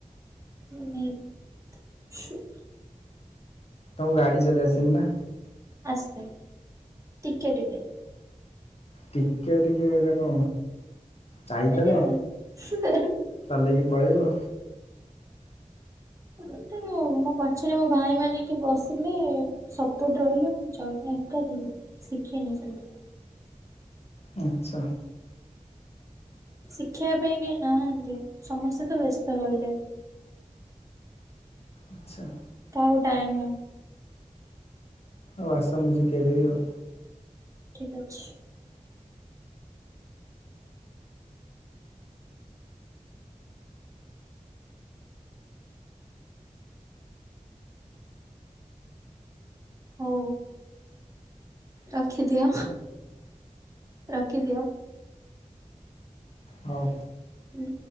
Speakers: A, on the right (about 25°); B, on the left (about 50°).
A: <unintelligible>
B: ତମୁ ଗାଡି ଚଲେଇ ଆସେନି ନା?
A: ଆସେ ଟିକେ-ଟିକେ।
B: ଟିକେ-ଟିକେ ଏଟା କଣ ଚାଇକଲ।
A: ମାନେ
B: ଚଲେଇକି ପଳେଇବ।
A: ମତେ ମୋ-ମୋ ପଛେରେ ମୋ ଭାଇମାନେ କିଏ ବସିଲେ ସପୋର୍ଟ ରହିଲେ ମୁଁ ଚଲାଏ ଏକା <unintelligible> ଶିଖିନି ସେମିତି।
B: ଆଚ୍ଛା।
A: ଶିଖେଇବା ପାଇଁ କେହି ନାହାନ୍ତି, ସମସ୍ତେ ତ ବ୍ୟସ୍ତ ରହିଲେ।
B: ଆଚ୍ଛା।
A: କାଆକୁ ଟାଇମ ହୋନି।
B: ହୋଉ ଆସ ମୁଁ ସିକେଇ ଦେବି ଆଉ।
A: ଠିକ୍ ଅଛି। ହଉ ରଖିଦିଅ। ରଖିଦିଅ।
B: ହଉ।
A: ଉଁ।